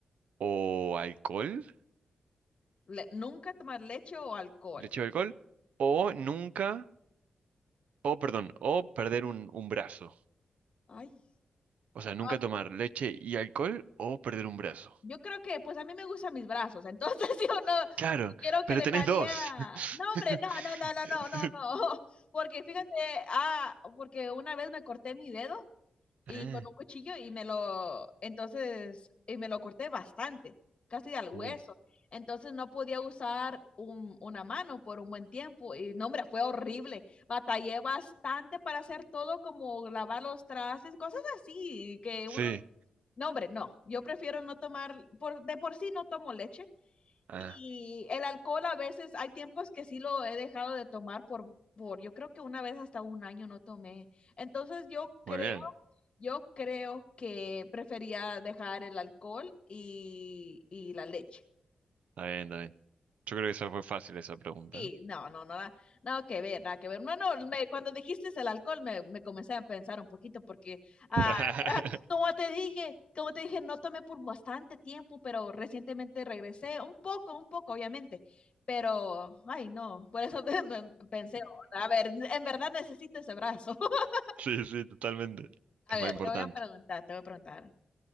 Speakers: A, on the right; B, on the left.
A: o alcohol,
B: le- nunca tomar leche o alcohol.
A: leche o alcohol, o nunca, o perdón, o perder un, un brazo.
B: Ay,
A: O sea, nunca
B: Ah,
A: tomar leche y alcohol o perder un brazo.
B: Yo creo que, pues a mí me gustan mis brazos, entonces <laughs> yo no
A: Claro,
B: quiero que
A: pero
B: dejaría.
A: tenés dos.
B: No, hombre,
A: <laughs>
B: no, no, no, no, no, no, no. <laughs> Porque fíjate, ah, porque una vez me corté mi dedo y
A: Ah,
B: con un cuchillo y me lo, entonces, y me lo corté bastante, casi al hueso.
A: uh,
B: Entonces no podía usar un- una mano por un buen tiempo y no, hombre, fue horrible. Batallé bastante para hacer todo como lavar los trastes, cosas así, que
A: Sí,
B: uno, no, hombre, no, yo prefiero no tomar, por, de por sí no tomo leche
A: ah,
B: y el alcohol a veces, hay tiempos que sí lo he dejado de tomar por, por, yo creo que una vez hasta un año no tomé. Entonces yo creo
A: muy bien,
B: yo creo que prefería dejar el alcohol y, y la leche.
A: está bien, está bien. Yo creo que esa fue fácil esa pregunta.
B: Sí, no, no, no, nada, nada que ver, nada que ver. No, no, me- cuando dijiste el alcohol me, me comencé a pensar un poquito porque, ah,
A: <laughs>
B: ah, como te dije, como te dije, no tomé por bastante tiempo, pero recientemente regresé, un poco, un poco, obviamente, pero, ay, no, por eso <laughs> me- me pensé, a ver, en verdad necesito ese brazo. <laughs>
A: Sí, sí, totalmente.
B: A
A: Es
B: ver,
A: más importante.
B: te voy a preguntar, te voy a preguntar.